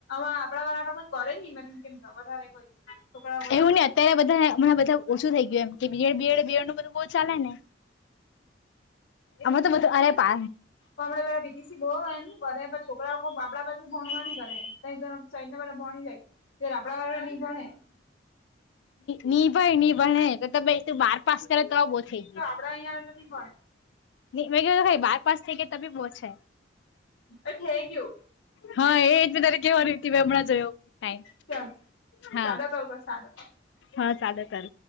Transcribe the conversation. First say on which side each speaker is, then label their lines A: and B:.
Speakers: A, on the left; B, on the left.
A: આપડા વાળા ન કોઈ કરે જ નહી મનેને કેમ તો વધારે કોઈ છોકરા લોકો
B: એવું ને અત્યારે બધા હણાં બધા ઓછું થઈ ગયું એમ બડ બડ દેવ નું તો બધું બહું ચાલે ને અમે તો બધું અરે પ
A: હમને પેલા પી ટી સી બહુ એમ કરે છોકરાઓ બાબડા બાજુ ભણવા ન કરે સાઈડ ના બધા ભણી જાય ત જ્યારે આપડા વાળા નઈ ભણે
B: ની ભણે ની ભણે તો તમે તાર બાર પાસ કરે તો બહુ થઈ ગયું.
A: છોકરા અહીં આગળ તો નહી ભણે
B: નિકળી ગયું હોઈ બાર પાસ થાઈ ગયું તો બોવ છે.
A: એ થઈ ગયું
B: હા એ જ તારે હમણાં જોયો ટાઈમ
A: ચલ
B: હા
A: સાદો કોલ કર સાદો.
B: હા સાદો કરું